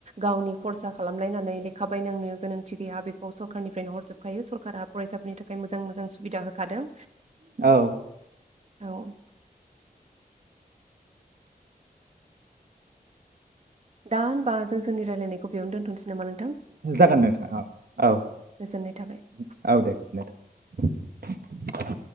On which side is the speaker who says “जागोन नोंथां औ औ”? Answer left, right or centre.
Right